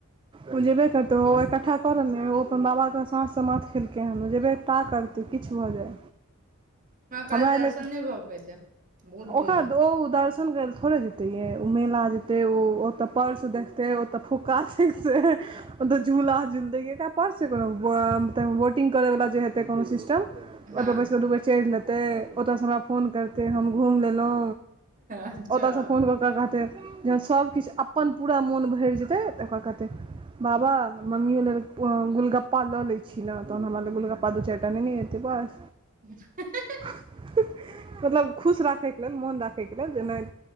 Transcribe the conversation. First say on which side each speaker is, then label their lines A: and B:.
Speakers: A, on the right (about 25°); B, on the right (about 40°).
A: ओ जेबे करतै ओ-ओ इकट्ठा कऽ रहल ओ अपन बाबाके साँस समाथ खेलकै हन ओ जेबे। टा करतै किछु भऽ जाय।
B: काल्हि
A: हमरा
B: दर्शन
A: एल
B: नहि भऽ पेतै बहुत
A: ओकरा
B: भीड़ रहतै
A: ओ दर्शन कर ला थोड़े जेतै। तऽ या ओ मेला जेतै ओ ओतऽ पर्स देखतै ओऽ तऽ फुका छै से झूला झूलतै परस कोनो वोटिंग करैवला जे हेतै कोनो सिस्टम ओहिपर
B: हँ
A: बैस कऽ दू बेर चेंढ़ लेतै। त ओतयसँ हमरा फोन करते हम घुमि लेलहुँ
B: अच्छा
A: ओतयसँ फोन कऽ ओकरा कहतै जखन सभकिछु अपन पूरा मोन भरि जेतै तऽ ओकरा कहतै। बाबा मम्मियो लेल गुलगप्पा लऽ लैत छी ने तहन हमरा लेल गुलगप्पा दू चारि टा ने ने एत त बस
B: <unintelligible>
A: <unintelligible> मतलब खुश राखयके लेल मोन राखयके लेल जे नहि